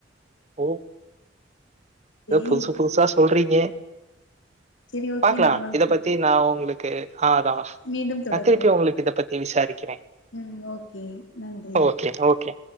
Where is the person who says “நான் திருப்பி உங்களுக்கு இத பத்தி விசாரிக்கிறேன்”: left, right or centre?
Right